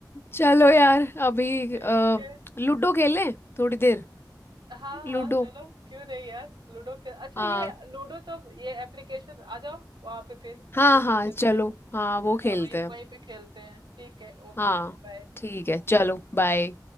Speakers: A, on the left; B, on the right.
A: चलो यार अभी
B: है
A: अ, लूडो खेलें थोड़ी देर
B: हाँ हाँ
A: लूडो
B: चलो क्यों नहीं यार लूडो खेल अच्छा
A: हाँ
B: ये लूडो तो अब ये एप्लीकेशन आ जाओ वहां पे फिर
A: हाँ
B: एप्लीकेशन
A: हाँ चलो हाँ वो
B: है ना
A: खेलते
B: वही
A: हैं
B: वहीं पे खेलते हैं ठीक है ओके
A: हाँ
B: बाय
A: ठीक है चलो बाय